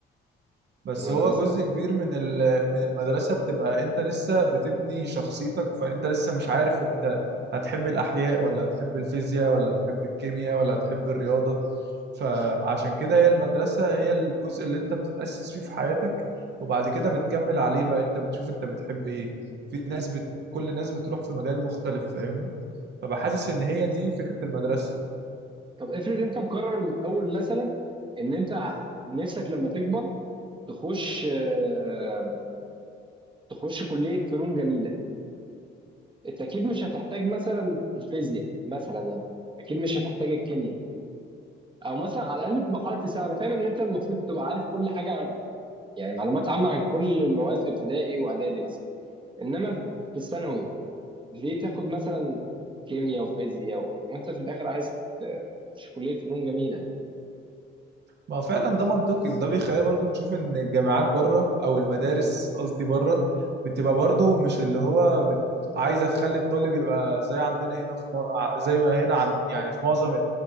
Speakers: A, on the right; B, on the right.
A: بس
B: في المدرسه
A: هو جزء كبير من ال- من المدرسة بتبقى انت لسه بتبني شخصيتك فانت لسه مش عارف انت هتحب الأحياء ولا هتحب الفيزياء ولا هتحب الكيمياء ولا هتحب الرياضة فعشان كده هي المدرسة هي الجزء اللي انت بتتأسس فيه في حياتك وبعد كده بتكمل عليه بقى انت بتشوف انت بتحب ايه في ناس بت... كل الناس بتروح في مجال مختلف فاهمني فبحاسس ان
B: طب
A: هي دي فكرة المدرسة
B: طب افرض انت مقرر من الاول مثلا ان انت ع- نفسك لما تكبر تخش آه، تخش كليه فنون جميله انت اكيد مش هتحتاج مثلا الفيزياء مثلا يعني اكيد مش هتحتاج الكيمياء او مثلا على الاقل في مرحله الثانوي انا فاهم ان انت المفروض تبقى عارف كل حاجه عن يعني معلومات عامه عن كل المواد في ابتدائي واعدادي مثلا انما في الثانوي ليه تاخد مثلا كيمياء وفيزياء و... وانت في الاخر عايز ت- مش كلية فنون جميلة يعني.
A: ما فعلا ده منطقي وده بيخلينا برضو نشوف ان الجامعات بره او المدارس قصدي بره بتبقى برضو مش اللي هو بت... عايزه تخلي الطالب يبقى زي عندنا هنا في م... ع- زي ما هنا عن... يعني في معظم